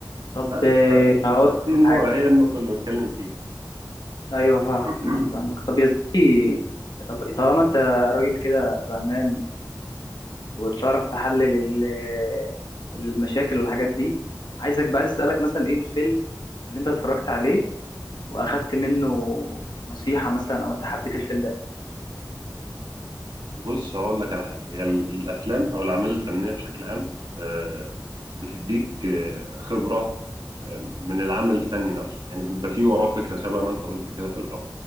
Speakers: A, on the left; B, on the right.
A: طب
B: بس
A: آه،
B: فدي
A: هقول لك
B: دي النو-
A: حاجه
B: هي النقطه اللي بتكلم فيها
A: ايوه فاهمك
B: <clears throat>
A: فاهمك طب يا زميلي طب طالما انت راجل كده فهمان وبتعرف تحلل ال- المشاكل والحاجات دي عايزك بقى عايز اسالك مثلا ايه الفيلم اللي انت اتفرجت عليه واخدت منه نصيحه مثلا او انت حبيت الفيلم ده
B: بص هقول لك على حاجة هي ال- الأفلام أو الأعمال الفنية بشكل عام آه، بتديك آه، خبرة آه، من العمل الفني نفسه يعني بيبقى فيه وراه فكرة شبه ما أنت قلت كده في الأول